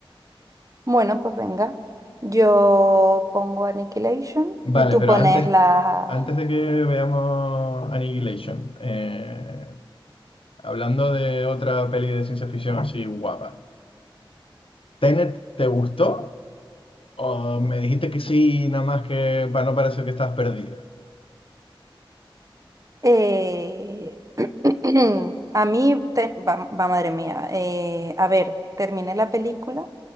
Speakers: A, on the right (about 40°); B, on the left (about 80°).
A: Bueno, pues venga. Yo pongo Annihilation
B: Vale,
A: y tú
B: pero
A: pones
B: antes,
A: la...
B: antes de que veamos Annihilation, eh, hablando de otra peli de ciencia ficción así guapa, ¿Tenet te gustó? Oh, me dijiste que sí, nada más que para no parecer que estás perdida.
A: eh, <clears throat> a mí, te- va, va, madre mía. eh, a ver, terminé la película